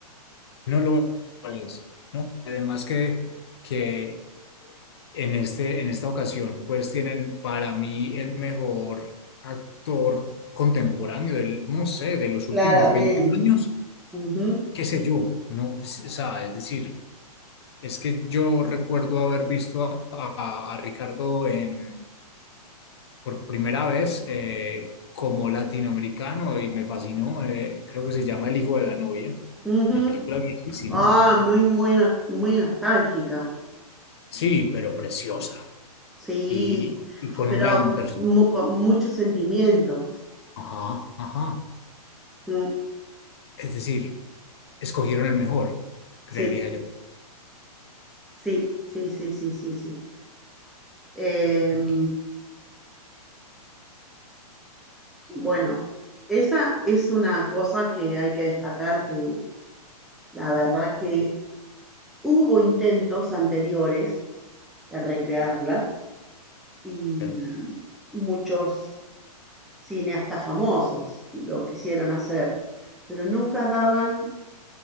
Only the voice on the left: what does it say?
no lo es, ¿no? Además que, que en este, en esta ocasión, pues tienen para mí el mejor actor contemporáneo del, no sé, de los últimos
20 años,
qué sé yo, no, Es- o sea, es decir, es que yo recuerdo haber visto a, a- a Ricardo en por primera vez eh, como latinoamericano y me fascinó. eh, creo que se llama El hijo de la novia,
una película viejísima.
Sí, pero preciosa
y, y- y con
un gran personaje.
Ajá, ajá.
Es decir, escogieron el mejor, creería
yo.
Sí,